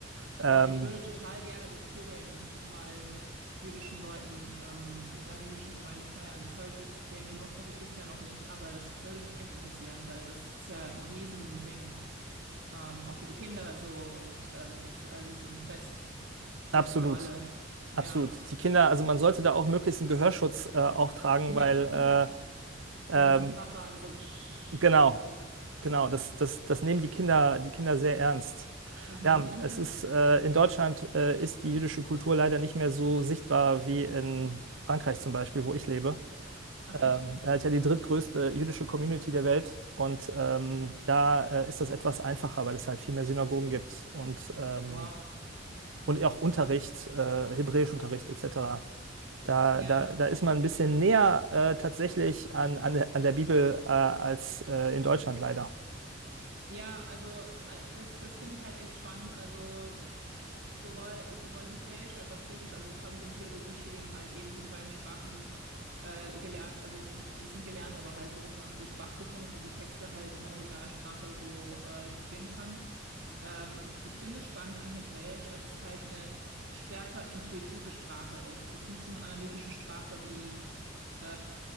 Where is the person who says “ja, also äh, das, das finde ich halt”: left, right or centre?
Right